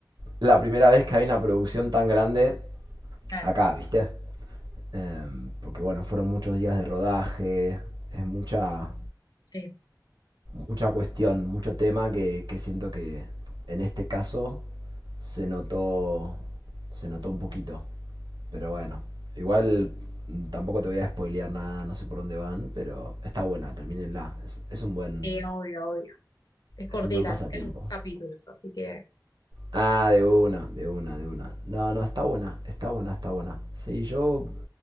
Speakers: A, on the right (about 75°); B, on the left (about 60°).
A: la primera vez que hay una producción tan grande
B: claro,
A: acá, ¿viste? Em, porque bueno, fueron muchos días de rodaje, es mucha,
B: sí,
A: mucha cuestión, mucho tema que, que siento que en este caso se notó, se notó un poquito. Pero bueno, igual mm, tampoco te voy a spoilear nada, no sé por dónde van, pero está buena, termínenla. Es, es un buen,
B: sí, obvio, obvio. Es cortita,
A: es un buen pasatiempo.
B: nos quedan dos capítulos, así que.
A: Ah, de una, de una, de una. No, no, está buena, está buena, está buena. Sí, yo,